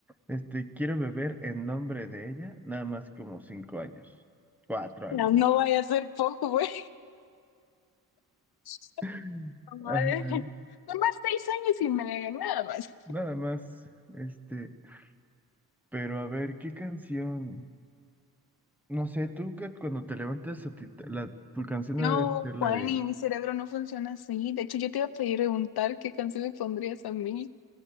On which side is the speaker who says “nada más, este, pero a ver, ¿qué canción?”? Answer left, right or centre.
Centre